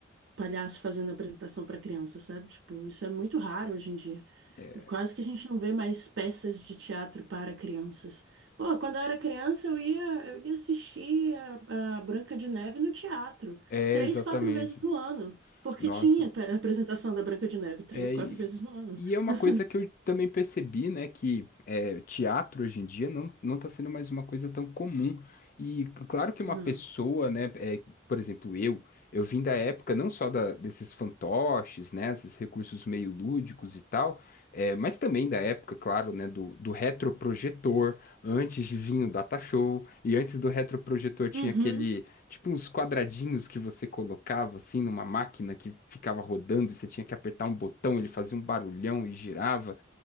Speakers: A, on the right; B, on the left.
A: palhaço fazendo apresentação pra criança, sabe? Tipo, isso é muito raro hoje em dia.
B: é
A: Quase que a gente não vê mais peças de teatro para crianças. Pô, quando eu era criança, eu ia, eu ia assistir a, a Branca de Neve no teatro
B: é,
A: três,
B: exatamente.
A: quatro vezes no ano, porque
B: Nossa.
A: tinha pe- apresentação da Branca de Neve três,
B: É,
A: quatro
B: e
A: vezes no ano.
B: e é uma
A: <laughs>
B: coisa que eu também percebi, né, que é, teatro hoje em dia não, não está sendo mais uma coisa tão comum. E claro que uma
A: Não.
B: pessoa, né, é, por exemplo, eu, eu vim da época não só da, desses fantoches, né, esses recursos meio lúdicos e tal, é, mas também da época, claro, né, do, do retroprojetor, antes de vir o data show, e antes do retroprojetor tinha
A: Uhum,
B: aquele Tipo uns quadradinhos que você colocava assim numa máquina que ficava rodando e você tinha que apertar um botão, ele fazia um barulhão e girava.